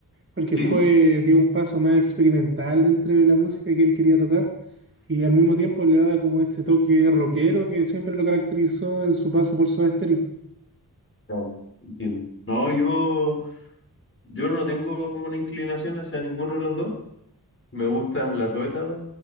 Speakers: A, on the right (about 30°); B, on the left (about 35°).
A: porque
B: Sí,
A: fue, dio un paso más experimental dentro de la música que él quería tocar y al mismo tiempo le daba como ese toque rockero que siempre lo caracterizó en su paso por Soda Stereo.
B: claro, entiendo. No, yo, yo no tengo como una inclinación hacia ninguno de los dos. Me gustan las dos etapas,